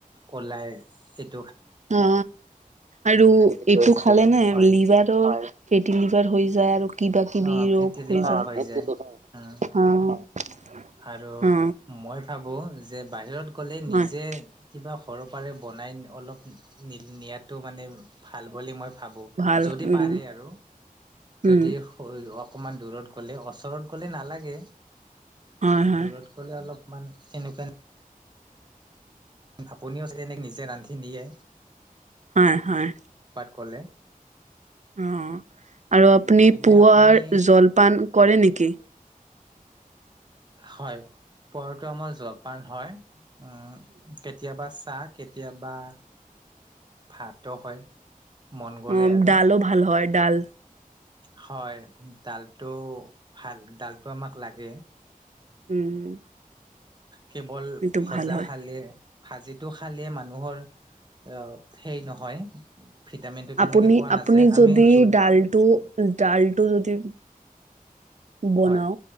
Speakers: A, on the right; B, on the right.
A: ক'লাই এত।
B: অ আৰু এইটো খালে নে
A: হয়
B: লিভাৰৰ ফেঁটি লিভাৰ। হৈ যায় আৰু কিবা -কিবি
A: ন ফেটি
B: ৰোগ হৈ
A: লিভাৰ
B: যায়।
A: যায় উম, আৰু
B: অ
A: মই ভাবো। যে বাহিৰত গ'লে নিজে
B: হয়
A: কিবা সৰহৰ পাৰে বনাই অলপ নিয়াত। টো মানে ভাল বুলি মই ভাবোঁ
B: ভাল
A: যদি
B: উম
A: পাৰে আৰু। যদি
B: উম
A: হয়। অকণমান দূৰত গ'লে ওচৰত গ'লে নালাগে
B: হয়
A: মানে
B: হয়
A: দূৰত গ'লে অলপ। মান তেনেকুৱান। আপুনিও চাগে নিজে ৰান্ধি নিয়ে।
B: হয়, হয়।
A: ক'লে।
B: অ আৰু আপুনি
A: এনে
B: পুৱাৰ
A: আপুনি
B: জলপান কৰে নেকি?
A: হয় পোৱাতো আমাৰ জলপান হয় উম কেতিয়াবা। চাহ কেতিয়াবা ভাতো হয়। মন গ'লে
B: অ
A: আৰু
B: ডালো ভাল হয় ডাল
A: হয় ডালটো ভাল ডালটো আমাক লাগে।
B: উম।
A: কেৱল
B: এইটো
A: ভজা
B: ভাল হয়।
A: খালে ভাজিটো খালে মানুহৰ অ সেই নহয়। ভিটামিনটো তেনেকে
B: আপুনি
A: পোৱা
B: আপুনি
A: নাযায় আমি
B: যদি
A: জোল
B: ডালটো ডালটো যদি বনাও
A: হয়